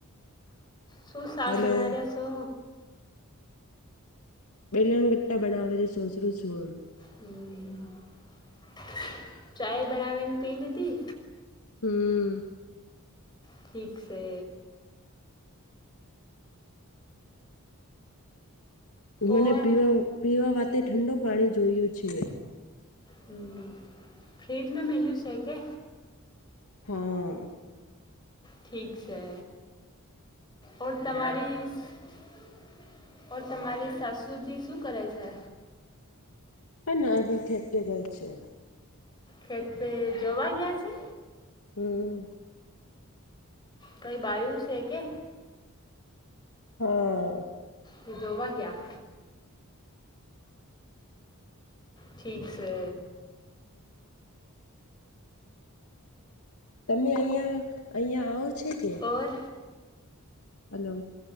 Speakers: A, on the left; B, on the left.
A: શું શાક
B: હલો
A: બનારિયા છો?
B: બેલગટ્ટા બનાવા ની સોચરું છું હું.
A: હમ્મ ચાય બનાવીન પી લીધી.
B: હમ્મ.
A: ઠીક છે.
B: મને
A: ઓર
B: પીવા પીવા વાતે ઠંડુ પાણી જોયું છે.
A: હમ્મ ફ્રિજમાં મેલીયું સેકે.
B: હા.
A: ઠીક છે ઓર તમારી <unintelligible> ઓર તમારી સાસુજી શું કરે છે?
B: ત ન એવે ફેકટે ગય છે.
A: ખેત પે જોવા ગયા છે?
B: હમ્મ.
A: કઈ બાયુ છે કે?
B: હા.
A: તો જોવા ગ્યા. ઠીક છે.
B: હમ્મ. તમે અહિયાં અહિયાં આવો છે કે.
A: ઓર
B: હલો.